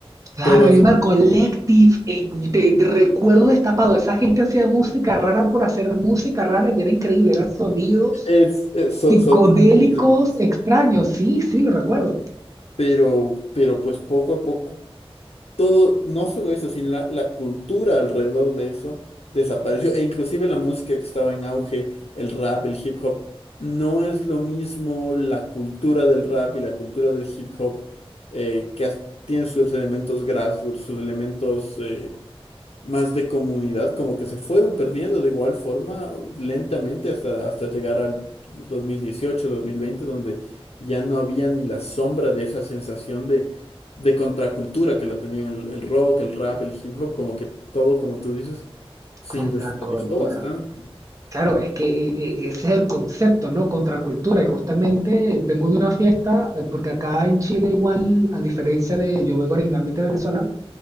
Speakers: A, on the right (about 35°); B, on the left (about 85°).
A: Claro,
B: Todas
A: Animal
B: esas-
A: Collective. eh, de- de- recuerdo destapado, esa gente hacía música rara por hacer música rara y era increíble, eran sonidos
B: es, es so-
A: psicodélicos
B: sorprendente, hermano.
A: extraños. Sí, sí, lo recuerdo.
B: Pero, pero pues poco a poco, todo, no solo eso, sino la, la cultura alrededor de eso desapareció. E inclusive la música que estaba en auge, el rap, el hip hop, no es lo mismo la cultura del rap y la cultura del hip hop, eh, que as- tiene sus elementos grassroots, sus elementos eh, más de comunidad, como que se fueron perdiendo de igual forma lentamente hasta, hasta llegar al 2018, 2020, donde ya no había ni la sombra de esa sensación de, de contracultura que la tenían el, el rock, el rap, el hip hop, como que todo, como tú dices, se
A: Contracultura.
B: industrializó bastante.
A: Claro, es que eh, eh, ese es el concepto, ¿no? Contracultura. Y justamente vengo de una fiesta, eh, porque acá en Chile igual, a diferencia de, yo vengo originalmente de Venezuela,